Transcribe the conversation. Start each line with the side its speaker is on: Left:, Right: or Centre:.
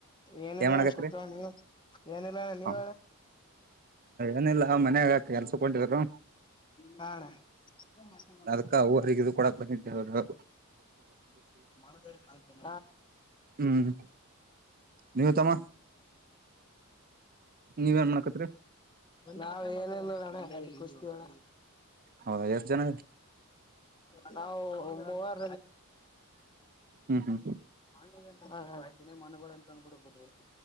Left: ಏನಲ್ಲಣ್ಣ
Right: ಏನ್ ಮಾಡಕತ್ರಿ
Left: ಕುತ್ಣ ನೀವು ಏನಿಲ್ಲಣ್ಣ ನೀವ
Right: ಹ ಏನಿಲ್ಲ ಮನ್ಯಾಗ ಕೆಲ್ಸ ಕೊಟಿದ್ರು
Left: ನಾಳ <unintelligible>
Right: ಅದಕ್ಕ ಅವರಿಗ ಇದು ಕೊಡಕ್ ಬಂದಿದ್ದೆ ಅವರು
Left: ಮ <unintelligible> ಯ ಹ <unintelligible>
Right: ಹ್ಮ್ ನೀವ್ ತಮ್ಮ ನೀವ್ ಏನ್ ಮಾಡಕತ್ರಿ
Left: ನಾವ ಏನಲ್ಲೋಣ್ಣ ಸ್ತವೋಣ್ಣ
Right: ಹೌದಾ ಎಷ್ಟ್ ಜನ
Left: ಹಮವರ್ <unintelligible> <inaudible>
Right: ಹ್ಮ್ ಹ್ಮ್
Left: ಮಣ್ಣತ ಮಣಗಳುಂತ ಅಂದ್ಬಿಡ್ಬೋದುತ